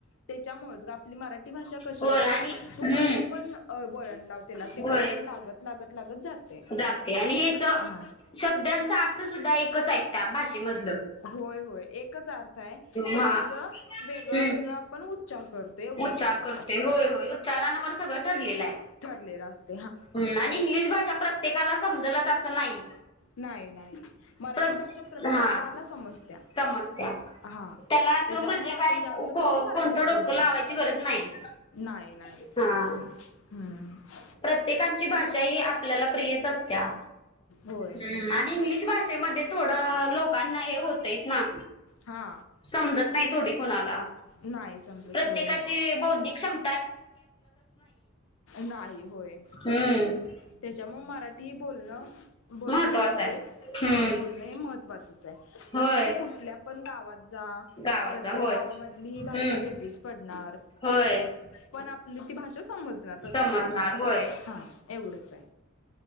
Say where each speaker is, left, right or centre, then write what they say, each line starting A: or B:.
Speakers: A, on the left; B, on the left.
A: त्याच्यामुळंच गं आपली मराठी ठी भाषा कशी
B: होय आणि
A: तू
B: हम्म
A: कस पण वळण लाव तेला ते
B: होय
A: वळण लागत लागत लागत जाते
B: जाते आणि हेच
A: ह.
B: शब्दांचा अर्थ सुद्धा एकच आहे त्या भाषेमध
A: होय होय एकच अर्थ हाय. पण
B: हा
A: कस वेगळं
B: हम्म
A: वेगळं आपण उच्चार करतो. एवढच
B: उच्चार
A: हाय.
B: करते होय होय उच्यरांवर सगळं ठरलेलं हाय.
A: ठरलेला असत.
B: हम् आणि इंग्लिश भाषा प्रत्येकाला समजलच असं नाही.
A: नाही नाही मराठी
B: प्र
A: भाषा प्रत्येकाला
B: हा
A: समजत्या.
B: समस्या
A: हा
B: त्याला असं
A: त्याच्यामुळे
B: म्हणजे
A: आपण
B: काय
A: जास्त
B: को
A: करून मराठीच
B: कोणतं डोकं
A: बोलतोय.
B: लावायची गरज नाही.
A: नाही नाही.
B: हा.
A: हम्म
B: प्रत्येकांची भाषा ही आपल्याला प्रियच असत्या.
A: होय
B: हम्म आणि इंग्लिश भाषेमध्ये थोडं लोकांना हे होतयचना.
A: हा
B: समजत नाही थोडी कोणाला
A: नाही समजत
B: प्रत्येकाची
A: होय
B: बौद्धिक क्षम
A: नाही होय.
B: हम्म.
A: त्याच्या मुळ मराठी बोलणं बोललं
B: महत्त्वाच
A: पाहिजेच.
B: आहे. हम्म.
A: हा बोलण हे महत्त्वाचच हाय. मग
B: होय.
A: ते तू कुठल्या पण गावात जा.
B: गावात
A: प्रत्येक
B: जा होय.
A: गावामधली ही भाषा
B: हम्म.
A: वेगळीच पडणार.
B: होय.
A: पण आपली ती भाषा समजणार प्रत्येकाला
B: समजणार होय.
A: हा एवढंच हाय.